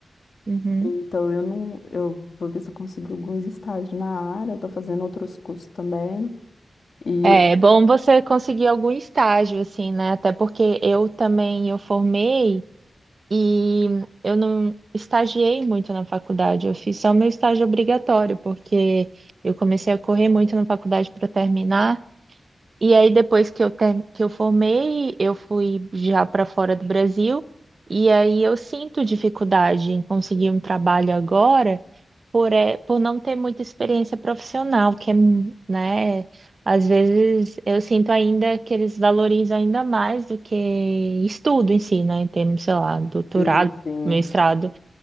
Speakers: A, on the right (about 50°); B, on the left (about 65°).
A: Uhum.
B: Então eu não, eu vou ver se eu consigo alguns estágios na área, eu tô fazendo outros cursos também. E
A: É bom você conseguir algum estágio, assim, né? Até porque eu também eu formei. E eu não estagiei muito na faculdade, eu fiz só meu estágio obrigatório, porque eu comecei a correr muito na faculdade para terminar. E aí depois que eu ter- que eu formei, eu fui já para fora do Brasil, e aí eu sinto dificuldade em conseguir um trabalho agora por, é, por não ter muita experiência profissional, que é, mu- né, às vezes eu sinto ainda que eles valorizam ainda mais do que estudo em si, né, em termos, sei lá, doutorado,
B: sim, sim.
A: mestrado.